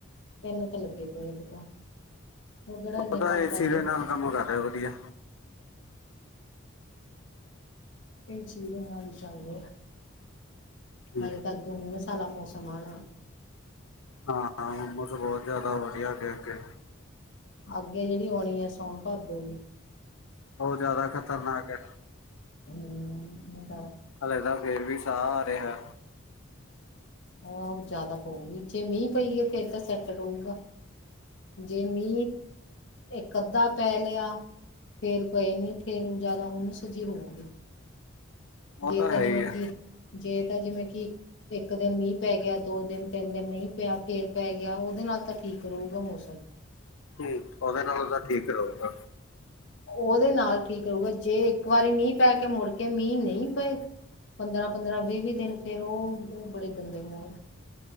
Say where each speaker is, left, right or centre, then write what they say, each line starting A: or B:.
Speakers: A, on the left (about 60°); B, on the left (about 85°).
A: ਤਿੰਨ ਤਾਂ ਲੱਗੇ ਪਏ ਆ ਦੁਕਾਨ ਉਹ ਕਿਹੜਾ ਇੰਨੇ
B: ਪਤਾ
A: ਕੰਮ
B: ਇਸੇ
A: ਕਰਦੇ
B: ਦਾ ਨਾਲ ਕੰਮ ਕਰ ਰਹੇ ਵਧੀਆ
A: ਏਸੀ ਦੇ ਨਾਲ ਹੀ ਚੱਲਦੇ ਆ
B: ਹਾਂ,
A: ਹਲੇ ਤਾਂ ਉਹ ਮਸਲਾ ਮੌਸਮ ਆਣ ਵਾਲਾ
B: ਹਾਂ ਹੋਮਸ ਬਹੁਤ ਜਿਆਦਾ ਆਉਣੀ ਹ ਅੱਗੇ ਅੱਗੇ
A: ਅੱਗੇ ਜਿਹੜੀ ਆਉਣੀ ਹ ਸੋਨ ਭਾਦੋ
B: ਉਹ ਜਿਆਦਾ ਖਤਰਨਾਕ ਹੈ
A: ਹਮ
B: ਹਾਲੇ ਤਾਂ ਫਿਰ ਵੀ ਸਾਹ ਆ ਰਿਹਾ।
A: ਬਹੁਤ ਜਿਆਦਾ ਪਊਗੀ ਜੇ ਮੀਂਹ ਪੈ ਗਿਆ ਫਿਰ ਤਾਂ ਸੈਟ ਰਹੂਗਾ ਜੇ ਮੀ ਇਕ ਅੱਧਾ ਪੈ ਲਿਆ ਫਿਰ ਕੋਈ ਨਹੀਂ ਫੇਰ ਹੁਮਸ ਜੀ ਜਿਆਦਾ ਹੋਊਗੀ।
B: ਉਹ
A: ਜੇ ਤਾਂ
B: ਹੈ
A: ਜਿਵੇਂ
B: ਹੀ ਹੈ
A: ਕਿ ਜੇ ਤਾਂ ਜਿਵੇਂ ਕਿ ਇੱਕ ਦਿਨ ਮੀਂਹ ਪੈ ਗਿਆ ਦੋ ਦਿਨ ਤਿੰਨ ਦਿਨ ਨਹੀਂ ਪਿਆ ਉਹਦੇ ਨਾਲ ਤਾਂ ਠੀਕ ਰਹੂਗਾ ਮੌਸਮ‌‍‌।
B: ਹੂ ਉਹਦੇ ਨਾਲ ਤਾਂ ਠੀਕ ਰਹੂਗਾ।
A: ਉਹਦੇ ਨਾਲ ਠੀਕ ਰਹੂਗਾ ਜੇ ਇੱਕ ਵਾਰੀ ਮੀਂਹ ਪੈ ਕੇ ਮੁੜ ਕੇ ਮੀਂਹ ਨਹੀਂ ਪਏ ਪੰਦਰਾਂ ਪੰਦਰਾਂ ਬੀ ਬੀ ਫੇਰ ਉਹ ਬੜੇ ਗੰਦੇ ਮ